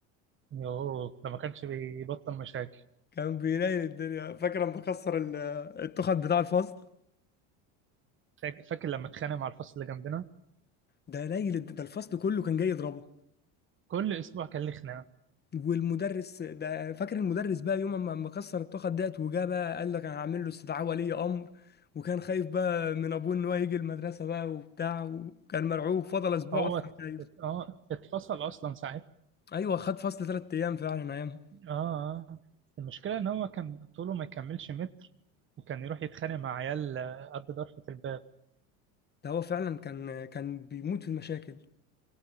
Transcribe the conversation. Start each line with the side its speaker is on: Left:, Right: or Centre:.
Right: يوه ده ما كانش بيبطل مشاكل
Left: كان بينيل الدنيا فاكر لما كسر ال- التخت بتاع الفصل
Right: فاك- فاكر لما اتخانق مع الفصل اللي جنبنا
Left: ده نيل الد- ده الفصل كله كان جاي يضربه
Right: كل اسبوع كان ليه خناقة
Left: والمدرس ده فاكر المدرس بقى يوم ما ما كسر التخت ديت وجا بقى قال لك انا هعمل له استدعاء ولي امر وكان خايف بقى من ابوه ان هو يجي المدرسه بقى وبتاع وكان مرعوب فضل اسبوع
Right: هو
Left: اصلا
Right: ات-
Left: خايف
Right: ات- اه اتفصل اصلا ساعتها
Left: ايوه خد فصل ثلاث ايام فعلا ايامها
Right: اه آه. المشكلة ان هو كان طوله ما يكملش متر وكان يروح يتخانق مع عيال آه، قد ضرفة الباب
Left: ده هو فعلا كان كان بيموت في المشاكل